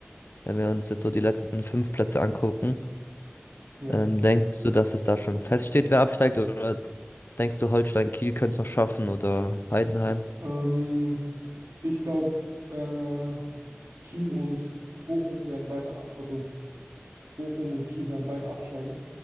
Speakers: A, on the left; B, on the right.
A: wenn wir uns jetzt so die letzten fünf Plätze angucken,
B: Ja.
A: ähm, denkst du, dass es da schon feststeht, wer absteigt? Oder denkst du, Holstein Kiel könnte es noch schaffen oder Heidenheim?
B: Ähm, ich glaube, äh, Kiel und Bochum werden beide ab, also Bochum und Kiel werden beide absteigen.